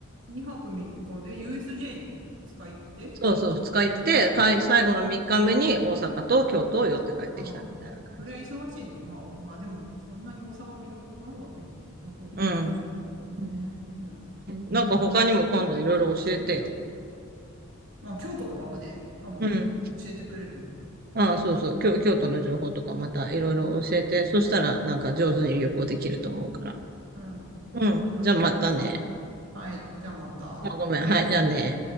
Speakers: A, on the right (about 65°); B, on the right (about 45°).
A: ?2 泊3日で USJ に2日行って。
B: そうそう、2日行って、かい、最後の3日目に大阪と京都を寄って帰ってきたみたいな感じ。
A: ああ、それは忙しいね。まあ、まあでも、そんなに大阪見どころがあるわけでもなさそうです。
B: うん。
A: なるほどね。
B: うん
A: うん、うん。
B: なんか他にも今度いろいろ教えてよ。
A: まあ、京都とかはね、多分教えてくれると思
B: うん。ああ、そうそう、京、京都の情報とかまたいろいろ教えて、
A: う。うん、
B: そしたらなんか上手に旅行できると思うから。
A: うん。
B: うん。
A: なるほど。
B: じゃあまたね。
A: さんはい。じゃあまた。
B: あ、ごめん。はい、じゃあね。